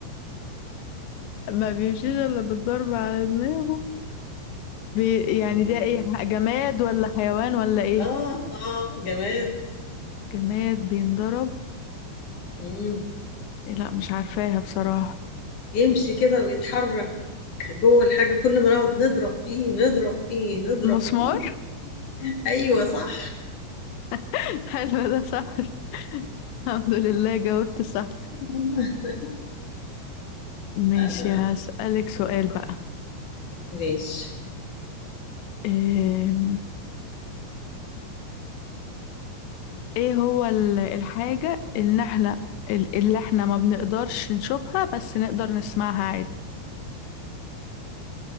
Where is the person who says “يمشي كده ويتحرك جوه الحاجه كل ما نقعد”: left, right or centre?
Left